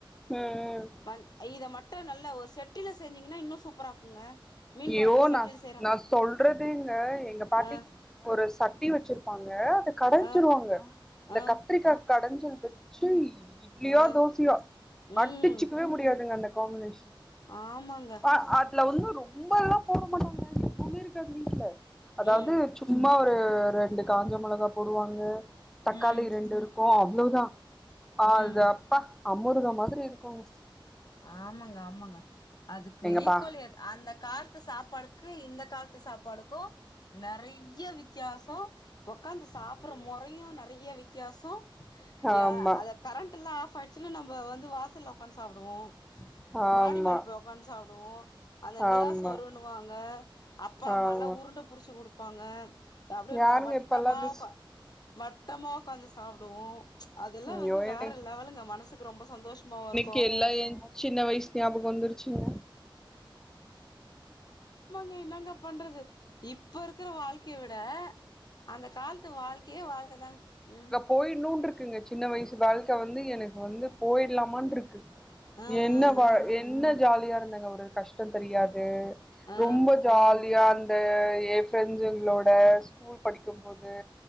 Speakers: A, in the centre; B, on the left.
A: ம் ம்
B: ம இத மட்டு நல்ல ஒரு செட்டில செஞ்சீங்கன்னா இன்னு சூப்பரா இருக்குங்க மீன்
A: யோ
B: கொழம்பு செட்டில
A: நா
B: செய்றாங்க
A: நா சொல்றதுங்க எங்க பாட்டி
B: ஆ
A: ஒரு சட்டி வெச்சிருப்பாங்க அத கடஞ்சிருவாங்க
B: ஆ
A: இந்த
B: ஆ
A: கத் திரிக்கா கடஞ்சல் வெச்சு இட்லியோ
B: ஆ
A: தோசயோ
B: ம்
A: அடுச்சுக்கவே முடியாதுங்க அந்த காமினேசன்
B: ஆமாங்க
A: ஆ அதுல வந்து ரொ ம்பலா போட மாட்டாங்கக எப்பவுமே இருக்காது வீட்ல அதாவது
B: ம்
A: சும்மா ஒரு ரெண்டு காஞ்ச மொளகா போடுவாங்க தக்காளி
B: ம்
A: ரெண்டு இருக்கோ அவ்ளோதா ஆ
B: ம்
A: அது அப்பா அம்முருத மாதிரி இருக்கோங்க
B: ஆமாங்க ஆமாங்க அதுக்கு
A: எங்கப்பா
B: ஈக்குவல் எத அந்த காலத்து சாப்பாடுக்கு இந்த காலத்து சாப்பாடுக்கோ நறைய வித்தியாசோ ஒக்காந்து சாப்புட்ற முறையு நறைய வித்தியாசோ ஏ
A: ஆமா
B: அத கரண்ட்டுல்லா ஆஃப் ஆயிட்ச்சுன்னா நம்ம வந்து வாசல்ல ஒக்காந்து சாப்டுவோ
A: ஆமா
B: மாடி மேல போய் ஒக்காந்து சாப்டுவோ அந்த நிலா
A: ஆமா
B: சோறுன்னுவாங்க அப்பா அம்மாலா
A: ஆமா
B: உருண்ட புடிச்சு குடுப்பாங்க அப்டியே
A: யாருங்க
B: ர வட்டமா
A: இப்பல்லா திஸ்
B: ஒக்க வட்டமா ஒக்காந்து சாப்டுவோ அதெல்லா
A: ஐயோ
B: வந்து
A: என்னை
B: வேற லெவலுங்க மனசுக்கு ரொம்ப சந்தோஷமாவோ இருக்
A: கெல்லா ஏ சின்ன வயசு ஞாபகோ வந்துருச்சுங்க
B: இப்ப என்னங்க பண்றது இப்ப இருக்குற வாழ்க்கய விட அந்த கால்த்து வாழ்க்கயே வாழ்க்க தாங்க ம்
A: போயிட்ணோனு இருக்குங்க சின்ன வயசு வாழ்க்க வந்து எனக்கு வந்து போயிடலாமான்னு இருக்கு
B: ஆ
A: என்ன
B: ஆ
A: வாழ் என்ன ஜாலியா இருந்தங்க ஒரு கஷ்டோ தெரியாது
B: ஆ
A: ரொம்ப ஜாலியா அந்த ஏ ஃப்ரெண்ட்ஸ்களோட ஸ்கூல் படிக்கும்போது